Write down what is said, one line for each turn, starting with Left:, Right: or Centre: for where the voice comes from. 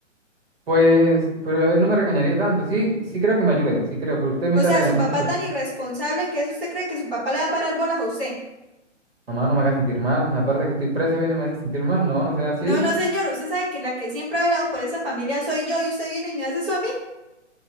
Right: Pues, pero él no me regañaría tanto. Sí, sí creo que me ayude, sí creo, pero usted me
Centre: O
Right: está
Centre: sea,
Right: regañando
Centre: su papá
Right: mucho.
Centre: tan irresponsable que es, ¿usted cree que su papá le va a parar bolas a usted?
Right: Mamá, no me haga sentir mal. Aparte que estoy preso, viene y me hace sentir mal. No, no sea así.
Centre: No, no, señor, usted sabe que la que siempre ha velado por esta familia soy yo y usted viene y me hace eso a mí.